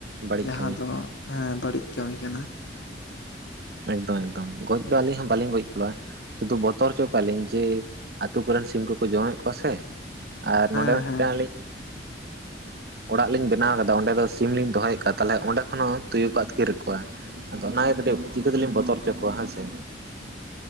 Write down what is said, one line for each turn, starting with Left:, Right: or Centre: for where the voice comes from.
Right: ᱵᱟᱹᱲᱤᱡ
Left: ᱡᱟᱦᱟᱸ
Right: ᱠᱟᱹᱢᱤ
Left: ᱫᱚ ᱦᱮᱸ ᱵᱟᱹᱲᱤᱡ ᱠᱟᱹᱢᱤ ᱠᱟᱱᱟ᱾
Right: ᱮᱠᱫᱚᱢ ᱮᱠᱫᱚᱢ ᱜᱚᱡ ᱫᱚ ᱟᱹᱞᱤᱧ ᱦᱚᱸ ᱵᱟᱹᱞᱤᱧ ᱜᱚᱡ ᱠᱚᱣᱟ ᱠᱚᱣᱟ ᱥᱩᱫᱷᱩ ᱵᱚᱛᱚᱨ ᱦᱚᱪᱚ ᱠᱚᱣᱟ ᱞᱤᱧ ᱡᱮ ᱟᱹᱛᱩ ᱠᱚᱨᱮᱱ ᱥᱤᱢ ᱠᱚᱠᱚ ᱡᱚᱢᱮᱫ ᱠᱚᱣᱟ ᱥᱮ᱾ ᱟᱨ
Left: ᱦᱮᱸ
Right: ᱱᱚᱸᱰᱮ ᱢᱤᱫᱴᱟᱝ
Left: ᱦᱮᱸ
Right: ᱟᱹᱞᱤᱧᱼᱼ ᱚᱲᱟᱜ ᱞᱤᱧ ᱵᱮᱱᱟᱣ ᱠᱟᱫᱟ ᱚᱸᱰᱮ ᱫᱚ ᱥᱤᱢ ᱞᱤᱧ ᱫᱚᱦᱚᱭᱮᱫ ᱠᱚᱣᱟ ᱛᱟᱦᱚᱞᱮ ᱚᱸᱰᱮ ᱠᱷᱚᱱ ᱦᱚᱸ ᱛᱩᱭᱩ ᱠᱚ ᱟᱹᱠᱤᱨᱮᱫ ᱠᱚᱣᱟ᱾ ᱟᱫᱚ ᱚᱱᱟᱜᱮ ᱠᱟᱹᱴᱤᱡ ᱪᱤᱠᱟᱹ ᱛᱮᱞᱤᱧ ᱵᱚᱛᱚᱨ ᱦᱚᱪᱚ ᱠᱚᱣᱟ ᱦᱮᱸ ᱥᱮ?